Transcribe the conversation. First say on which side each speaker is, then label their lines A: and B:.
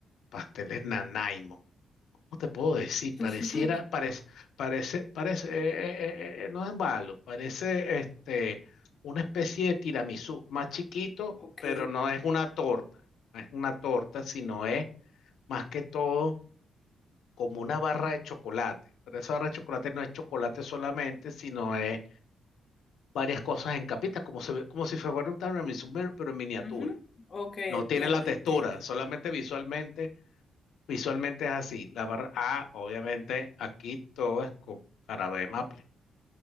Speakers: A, on the left; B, on the left.
A: pasteles Nanaimo. ¿Cómo te puedo decir?
B: <laughs>
A: Pareciera, parece, parece, parece, eh, eh, eh, eh, no es malo, parece este, una especie de tiramisú, más chiquito,
B: Ok.
A: pero no es una torta, no es una torta, sino es más que todo como una barra de chocolate. Pero esa barra de chocolate no es chocolate solamente, sino es varias cosas en capitas, como, se ve- como si fuera un tiramisú, pero pero en miniatura.
B: Ujú. Ok, entiendo,
A: No tiene la textura,
B: entiendo.
A: solamente visualmente, visualmente es así. La barra A, obviamente, aquí todo es con jarabe de maple.